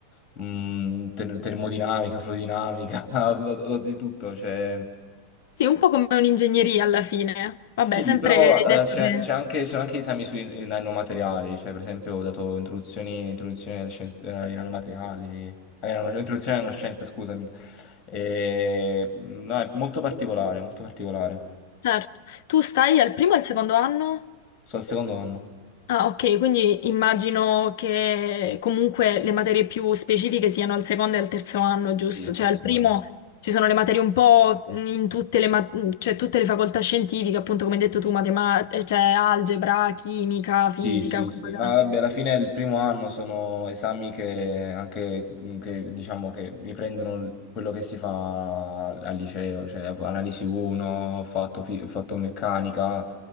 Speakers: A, on the left (about 25°); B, on the left (about 50°).
A: mh, ter- termodinamica, fluidinamica, <laughs> ho ho- ho dato di tutto, cioè...
B: Sì, un po' come un'ingegneria alla fine. Vabbè,
A: Sì,
B: sempre
A: però
B: hai detto
A: eh, c'è
B: che...
A: c'è anche, ci sono anche esami sui nanomateriali, cioè per esempio ho dato introduzioni, introduzioni alle scienze, eh, ai nanomateriali, eh, no, introduzione alle nanoscienze, scusami. E, mm, no, è molto particolare, molto particolare.
B: Certo. Tu stai al primo e al secondo anno?
A: Sto al secondo anno.
B: Ah, ok, quindi immagino che comunque le materie più specifiche siano al secondo e al terzo anno, giusto?
A: Sì, al
B: Cioè
A: terzo
B: al primo
A: anno.
B: ci sono le materie un po' in tutte le, ma- cioè, tutte le facoltà scientifiche, appunto come hai detto tu, matematica, cioè algebra, chimica, fisica.
A: Sì, sì,
B: quelle
A: sì,
B: cose
A: no,
B: là.
A: vabbè, alla fine il primo anno sono esami che anche, mhmm, che, diciamo, che riprendono l- quello che si fa al, al liceo, cioè analisi 1, ho fatto, fi- ho fatto meccanica, ho